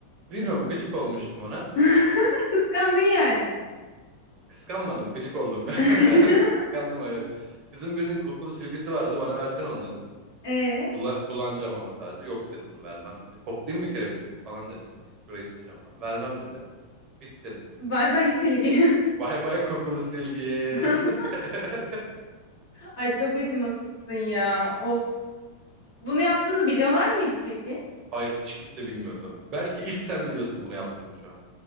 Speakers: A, on the right (about 35°); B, on the left (about 55°).
A: bilmiyorum gıcık olmuştum ona.
B: <laughs> Kıskandın yani.
A: Kıskanmadım, gıcık oldum ben.
B: <laughs>
A: <laughs> Kıskandım evet. Kızın birinin kokulu silgisi vardı, bana versene onu dedim.
B: Ee,
A: Kulla- kullanacağım ama sadece. Yok dedi bunu vermem dedi. Koklayayım bir kere bir falan dedim. Bir Şurayı sileceğim falan. Vermem dedi. Bittin.
B: bay bay Silgi.
A: Bay bay kokulu silgi.
B: <laughs>
A: <laughs>
B: Ay çok acımasızsın ya. Of. Bunu yaptığını biliyorlar mıydı peki?
A: Hayır hiç kimse bilmiyordu. Belki ilk sen biliyorsun bunu yaptığımı şu an.